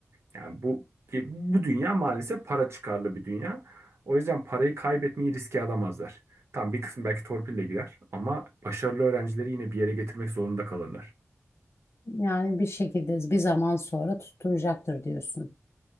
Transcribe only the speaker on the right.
Yani bu bu dünya maalesef para çıkarlı bir dünya. O yüzden parayı kaybetmeyi riske alamazlar. Tam bir kısmı belki torpille girer ama başarılı öğrencileri yine bir yere getirmek zorunda kalırlar.